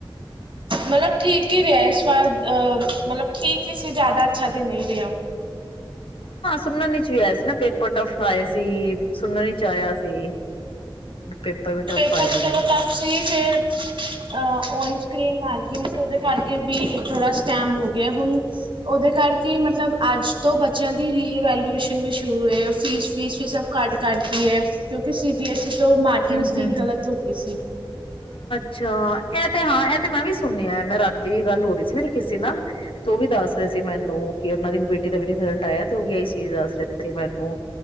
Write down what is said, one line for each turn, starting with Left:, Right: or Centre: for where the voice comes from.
Right: ਮਤਲਬ ਠੀਕ ਹੀ ਰਿਹਾ। ਇਸ ਵਾਰ ਅਹ ਮਤਲਬ ਠੀਕ ਹੀ ਸੀ ਜ਼ਿਆਦਾ ਅੱਛਾ ਤੇ ਨਹੀਂ ਰਿਹਾ <inaudible>
Left: ਸੁਨਨ ਚ ਵੀ ਆਇਆ ਸੀ ਨਾ? ਪੇਪਰ ਟਫ ਆਏ ਸੀ, ਸੁਣਨ ਚ ਆਇਆ ਸੀ ਪੇਪਰ ਵੀ ਟਫ
Right: ਪੇਪਰ
Left: ਆਏ ਨੇ
Right: ਚਲੋ ਟਫ ਸੀ ਫਿਰ ਅ ਉਈ ਕਲੀਨ ਮਾਰਕਿੰਗ ਸੀ, ਉਦੇ ਕਾਰਣ ਕਿ ਵੀ ਥੋੜਾ ਸਕੈਮ ਹੋ ਗਿਆ ਹੁਣ ਉਹਦੇ ਕਰਕੇ ਮਤਲਬ ਅੱਜ ਤੋਂ ਬੱਚਿਆਂ ਦੀ ਰੀਵੈਲੂਏਸ਼ਨ ਵੀ ਸ਼ੁਰੂ ਹੋ ਫੀਸ-ਫੀਸ ਵੀ ਸਭ ਘੱਟ ਕਰਦੀ ਹੈ ਕਿਉਂਕਿ ਸੀ ਬੀ ਐੱਂਸ ਈ ਤੋਂ
Left: ਹੂੰ,
Right: ਕਿੰਗ
Left: ਹੂੰ,
Right: ਸੀਨ ਗਲਤ ਹੋ ਗਈ ਸੀ
Left: ਚਾ ਇਹ ਤੇ ਹਾਂ ਇਹ ਤੇ ਮੈਂ ਵੀ ਸ ਸੁਣਿਆ ਮੈਂ ਰਾਤੀ ਵੀ ਗੱਲ ਹੋ ਰਹੀ ਸੀ ਮੇਰੀ ਕਿਸੇ ਨਾਲ ਤੇ ਉਹ ਵੀ ਦੱਸ ਰਿਹੇ ਸੀ ਮੈਨੂੰ ਕਿ ਉਹਨਾਂ ਦੀ ਬੇਟੀ ਦਾ ਵੀ ਰਿਜ਼ਲਟ ਆਇਆ ਤੇ ਉਹ ਵੀ ਇਹੀ ਚੀਜ਼ ਦੱਸ ਰਿਹਾ ਸੀ ਮੈਨੂੰ